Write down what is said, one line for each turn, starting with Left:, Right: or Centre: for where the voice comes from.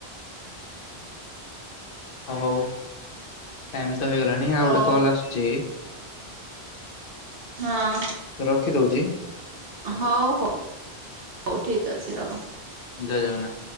Left: ଓ ହଉ ଟାଇମ୍ ତ ହେଇଗଲାଣି ଆଉ
Right: ହଉ
Left: ଗୋଟେ କଲ୍ ଆସୁଚି।
Right: ହଁ।
Left: ତ ରଖିଦଉଛି
Right: ହଉ ହଉ ହଉ ଠିକ ଅଛି ରଖ।
Left: ଜୟ ଜଗନ୍ନାଥ।